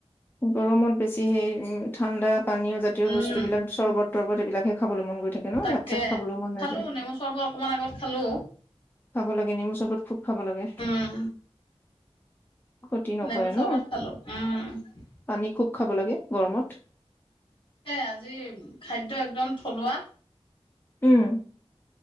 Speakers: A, on the left; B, on the left.
A: গৰমত বেছি হেই ঠাণ্ডাত, পানীয় জাতীয়
B: উম
A: বস্তুবিলাক চৰ্বত -তৰ্বত এইবিলাকহে খাবলৈ মন গৈ থাকে ন
B: তাকে
A: ', ভাত- -চাত খাবলৈ মন
B: খালো
A: নাযায়।
B: নেমু চৰবত অকমান আগত খালো
A: খাব লাগে নেমু চৰবত খুব খাব লাগে।
B: উম
A: ক্ষতি নকৰে
B: নেমু চৰবত
A: ন
B: খালো। উম',
A: পানী খুব খাব লাগে গৰমত।
B: এ ', আজি খাদ্য -একদম থলুৱা।
A: উম', -